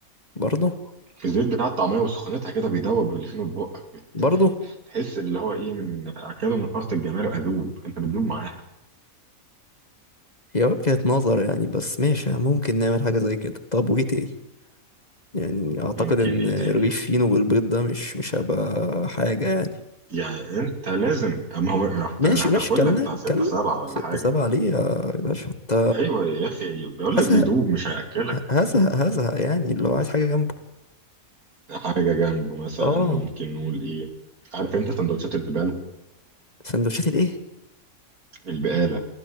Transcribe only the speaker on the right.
في الزيت بتاع الطعمية وسخونتها كده بيدوب الفينو في بقك بت
يعني تحس اللي هو ايه من اكله من فرط الجمال اذوب انت بتذوب معاها
ممكن
ايه تاني
يعني انت لازم اما هو هت-
هتاكل
لك بتاع ستة
سبعة ولا
حاجة
ايوه يا اخي بيقول لك
بيدوب مش هياكلك
حاجة جنبه مثلا
ممكن نقول ايه عارف انت سندوتشات البقال
البقال